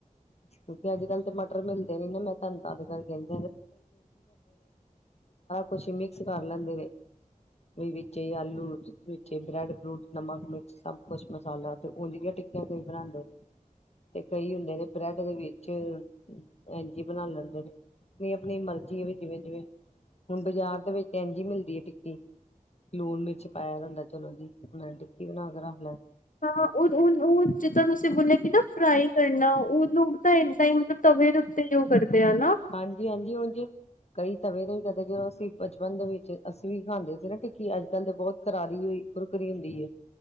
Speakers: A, on the left; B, on the left.
A: ਕਿਉਂਕਿ ਅੱਜ, ਕੱਲ੍ਹ ਤੇ ਮਟਰ ਮਿਲਦੇ ਨੀ ਨਾ ਮੈਂ ਤਾਨੂੰ ਤਾਦ ਕਾਰ ਕੇ। <inaudible> <unintelligible> <unintelligible> ਕੁਛ ਮਿਕਸ ਕਰ ਲੈਂਦੇ ਨੇ ਉਹ ਵਿੱਚ ਹੀ ਆਲੂ ਵਿੱਚ ਬ੍ਰੈਡ ਬਰੂਡ ਨਮਕ ਮਿਕਚ ਸਭ ਕੁਛ ਮਸਾਲਾ ਤੇ <unintelligible> ਟਿੱਕੀਆਂ ਤੇ। <unintelligible> ਤੇ ਕਈ ਹੁੰਦੇ ਨੇ ਬ੍ਰੈਡ ਦੇ ਵਿੱਚ- ਐਂਜ ਇ ਬਣਾ ਲੈਂਦੇ ਨੇ। ਜਿਨੀ ਮਰਜੀ <unintelligible> ਹੁਣ ਬਾਜ਼ਾਰ ਦੇ ਵਿੱਚ ਐਂਜ ਇ ਮਿਲਦੀ। <unintelligible> ਲੂਣ ਮਿਰਚ ਪਾਯਾ ਦਾ ਹੁੰਦਾ ਚਲੋ ਜੀ। <unintelligible>
B: <unintelligible> ਜਿੱਦਾਂ ਤੁਸੀਂ ਬੋਲਯਾ ਸੀ ਨਾ ਫਰਾਈ ਕਰਨੀ। <unintelligible> ਉਹ ਲੋਕ ਤਾਂ ਇੱਦਾਂ ਹੀ ਮਤਲਬ ਤਵੇ ਦੇ ਉੱਤੇ ਜੋ ਕਰਦੇ। ਆ ਨਾ
A: ਹਾਂਜੀ-ਹਾਂਜੀ, ਹੂਜੰ ਕਈ ਤਵੇ ਦੇ ਵੀ ਕਦੇ ਜਦੋਂ ਅਸੀਂ ਬਚਪਨ ਦੇ ਵਿੱਚ ਅਸੀਂ ਵੀ ਖਾਂਦੇ ਸੀ ਨਾ ਟਿੱਕੀ ਅੱਜ-ਕੱਲ ਤੇ ਬਹੁਤ ਕਰਾਰੀ ਹੋਈ ਖੁਰਕਰੀ ਹੁੰਦੀ ਹੈ।